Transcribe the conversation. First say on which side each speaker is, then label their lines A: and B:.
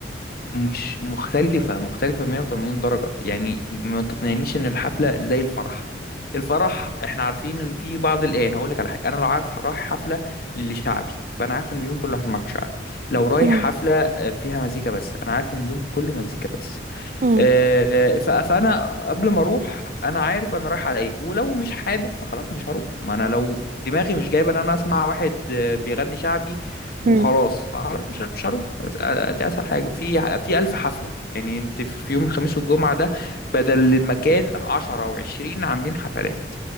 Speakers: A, on the left; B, on the right.
A: مش مختلفه مختلفه 180 درجه يعني ما تقنعنيش ان الحفله زي الفرح الفرح احنا عارفين ان في بعض الايه هقول لك على حاجه انا لو عارف رايح حفله لشعبي فانا عارف ان اليوم كله هسمع شعبي لو رايح
B: امم
A: حفله آه، فيها مزيكا بس انا عارف ان اليوم كله مزيكا بس
B: امم
A: آه، ف- فانا قبل ما اروح انا عارف انا رايح على ايه ولو مش حابب فخلاص مش هروح ما انا لو دماغي مش جايبه ان انا اسمع واحد آه، بيغني شعبي وخلاص
B: امم
A: خلاص مش مش هروح أس- دي اسهل حاجه في في الف حفله يعني انت في يوم الخميس والجمعه ده بدل المكان 10 و20 عاملين حفلات